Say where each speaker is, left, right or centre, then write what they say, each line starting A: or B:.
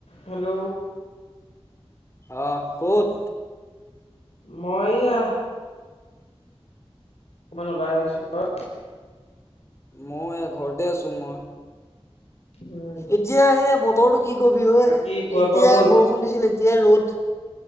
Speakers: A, on the left; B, on the left.
A: Hello.
B: অহ ক'ত।
A: মই এইয়া। অকমান ওলাই আহিছোঁ তই।
B: মই এয়া ঘৰতে আছোঁ মই।
A: উম
B: এতিয়া সেইয়া বতৰটো কি কবি অই
A: বাকী খোৱা
B: এতিয়া
A: বোৱা হ'ল
B: বৰষুণ দিছিল এতিয়াই ৰ'দ।